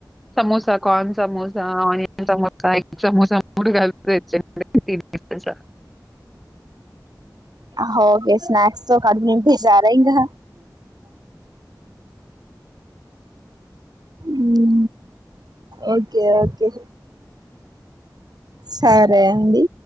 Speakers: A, in the centre; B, on the right.
A: samosa cone samosa onion samosa samosa egg samosa మూడు కల్పి తెచుండు తెలుసా
B: హ ఒకే స్నాక్స్ కడుపునిపుంకుంటూ సరే ఇంగా ఊ ఓకే ఓకే సరే అండి